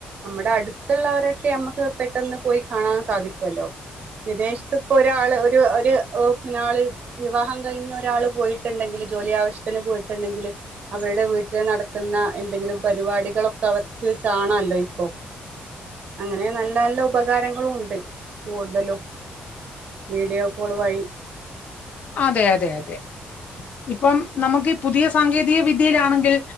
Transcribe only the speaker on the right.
നമ്മുടെ അടുത്തുള്ളവരൊക്കെ നമ്മുക്ക് പെട്ടെന്ന് പോയി കാണാൻ സാധിക്കുമല്ലോ വിദേശത്ത്പ്പോൊ ഒരാള് ഒരു ഒരു പിന്ന ആള് വിവാഹം കഴിഞ്ഞ് ഒരാള് പോയി് ട്ടുണ്ടെങ്കിൽ ജോലി ആവശ്യത്തിന് പോയിട്ടുണ്ടെങ്കിൽ അവരുടെ വീട്ടിൽ നടക്കുന്ന എന്തെങ്കിലും പരിപാടികളൊക്കെ അവർക്ക് കാണാമല്ലോ ഇപ്പോൊ അങ്ങനെ നല്ല നല്ല ഉപകാരങ്ങളും ഉണ്ട് കൂടുതലും വീഡിയോ കോൾ വഴി